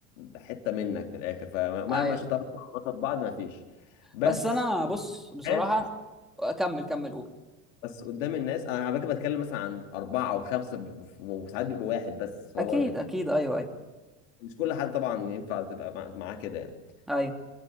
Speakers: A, on the left (about 85°); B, in the centre.
A: حته منك بالاخر فمهما
B: ايوه
A: شطرنا وعملنا في بعض ما فيش بس
B: بس انا بص بصراحه
A: هات
B: اكمل كمل قول
A: بس قدام الناس انا على فكره بتكلم مثلا عن اربعه او خمسه بيبقوا- وساعات بيبقى واحد بس هو
B: اكيد اكيد ايوه ايوه
A: مش كل حد طبعا ينفع تبقى مع- معاه كده يعني
B: ايوه